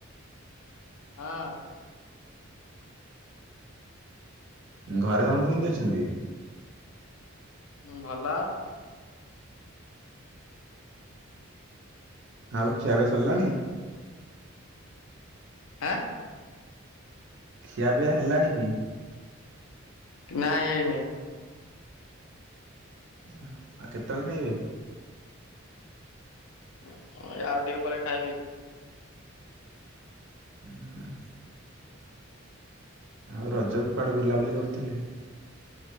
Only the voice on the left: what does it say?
ହଁ।
ଉଁ ଭଲ।
ଏଁ?
ନାଇଁ ହେଇ ନାଇଁ।
<unintelligible> ଆଉ ଟିକେ ପରେ ଖାଇବି।